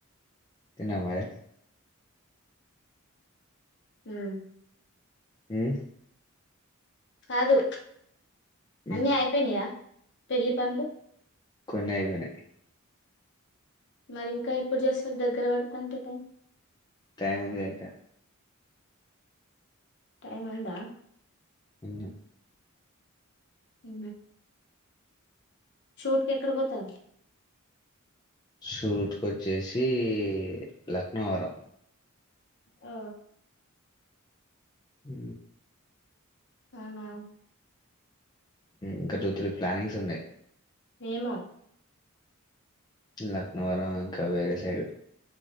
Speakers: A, on the left; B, on the left.
A: తిన్నవా మరి
B: ఉమ్
A: ఉమ్
B: కాదు అన్నీ
A: ఉమ్
B: అయిపోయినయా పెళ్లి పనులు
A: కొన్నే అయిపోయినయి
B: మరి ఇంకా ఎప్పుడు చేస్తారు దగ్గర పడతా అంటే టైం
A: టై ఉంది అ ఇకా
B: టైమ్ ఉందా
A: అన్న
B: ఉ షూట్ క ఎక్కడ పోతారు
A: షూట్కొచ్చేసి లక్నో వరం
B: ఆ
A: హ
B: అవునా
A: ఇంకా టూ త్రీ ప్లానింగ్స్ ఉన్నాయి
B: మేము
A: లక్నవరం ఇంకా వేరే సైడు